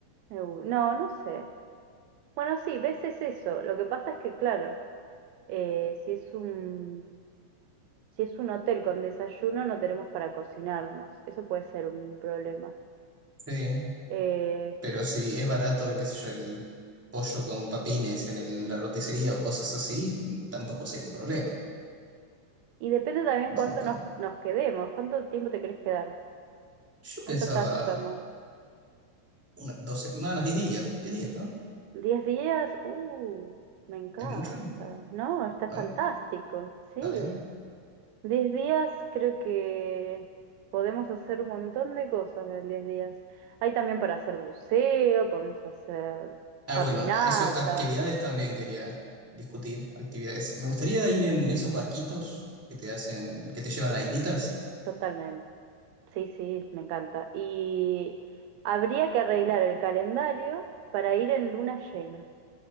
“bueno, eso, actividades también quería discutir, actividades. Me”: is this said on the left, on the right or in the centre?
Centre